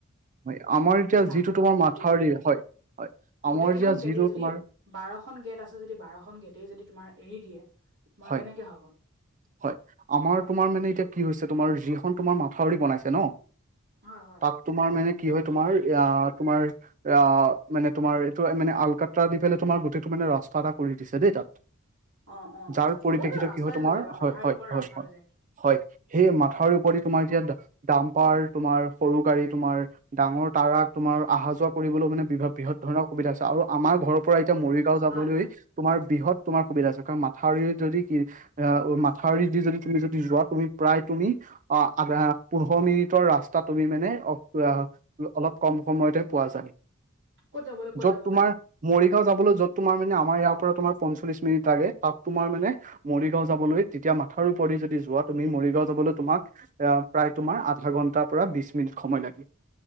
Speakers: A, on the right; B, on the right.
A: হয় আমাৰ এতিয়া
B: ইমান ডাঙৰ
A: যিটো
B: ডাঙৰকে
A: তোমাৰ মাথাউৰি
B: যদি এৰি দিয়ে।
A: হয় হয় আমাৰ
B: গোটেই
A: এতিয়া
B: কেইখন গেটে
A: যিটো
B: যদি
A: তোমাৰ
B: বাৰখন গেট আছে যদি বাৰখন গেটেই যদি তোমাৰ এৰি দিয়ে তোমাৰ
A: হয়
B: কেনেকে হ'ব।
A: হয় আমাৰ তোমাৰ মানে এতিয়া কি হৈছে তোমাৰ যিখন তোমাৰ মাথাউৰি বনাইছে ন?
B: হয় হয়
A: তাত তোমাৰ মানে কি হয় তোমাৰ এয়া তোমাৰ আহ মানে তোমাৰ এইটো মানে আলকাট্ৰা দি পেলাই তোমাৰ গোটেইটো মানে ৰাস্তা এটা কৰি দিছে দেই তাত।
B: অ অ
A: যাৰ পৰিপ্ৰেক্ষিত
B: চবতে ৰাস্তাই
A: কি হয় তোমাৰ
B: হৈ যায় বা
A: হয়
B: মাথাউৰি
A: হয়
B: ওপৰত
A: হয়
B: ৰাস্তা
A: হয়
B: হৈ যায়।
A: হয় সেই মাথাউৰি ওপৰেদি তোমাৰ এতিয়া ডা ডাম্পাৰ তোমাৰ সৰু গাড়ী তোমাৰ ডাঙৰ তাৰাক তোমাৰ আহা যোৱা কৰিবলৈ মানে বি বৃহৎ ধৰণৰ সুবিধা হৈছে আৰু আমাৰ ঘৰৰ পৰা এতিয়া মৰিগাঁও যাবলৈ
B: হয় হয়
A: তোমাৰ বৃহৎ তোমাৰ সুবিধা হৈছে কাৰণ মাথাউৰিত যদি কি আ অ মাথাউৰি দি যদি তুমি যদি যোৱা তুমি প্ৰায় তুমি অ আ পোন্ধৰ মিনিটৰ ৰাস্তা তুমি মানে অ অলপ কম সময়তে পোৱা যায়।
B: ক'ত যাবলৈ ক'ত
A: য'ত
B: যাবলৈ
A: তোমাৰ মৰিগাঁও যাবলৈ য'ত তোমাৰ মানে আমাৰ ইয়াৰ পৰা তোমাৰ পঞ্চল্লিশ মিনিট লাগে তাত তোমাৰ মানে মৰিগাঁও যাবলৈ তেতিয়া মাথাউৰিৰ ওপৰেদি যদি যোৱা তুমি মৰিগাঁও যাবলৈ তোমাক এয়া প্ৰায় তোমাৰ আধা ঘন্টাৰ পৰা বিছ মিনিট সময় লাগে।